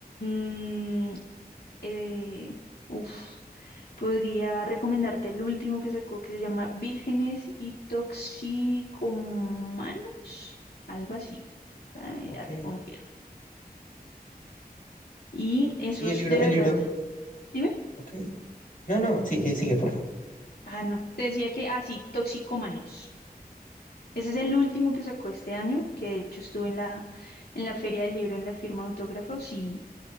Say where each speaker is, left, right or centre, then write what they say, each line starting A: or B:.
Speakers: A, on the left; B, on the left.
A: mm, eh, uf, podría recomendarte el último que sacó que se llama Vírgenes y Toxicomanos, algo así. Para mí,
B: Ok.
A: ya te confirmo. Y esos
B: Sí, el libro,
A: de
B: el
A: verdad.
B: libro.
A: Dime.
B: Ok. No, no, sí, eh, sigue, por favor.
A: Ah, no. Te decía que así, Toxicómanos. Ese
B: Sí,
A: es
B: cómo
A: el último
B: no.
A: que sacó este año, que de hecho estuve en la, en la Feria del Libro, en la firma de autógrafos y,